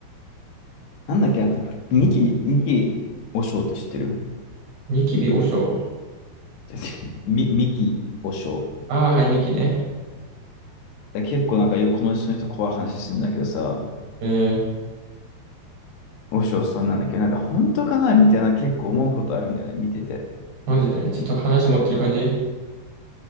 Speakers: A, on the left (about 85°); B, on the right (about 75°).
A: なんだっけ、なんか、ミキ、ミキ和尚って知ってる違
B: ニキビ和尚
A: う違う <laughs> ミ、ミキ和尚。
B: ああー、はい、ミキね。
A: 結構なんかよくこの人の人怖い話するんだけどさ、
B: えー、
A: 和尚さんなんだっけど、なんか本当かなみたいな結構思うことあるんだよね、見てて。
B: マジで。ちょっと話持ってる感じ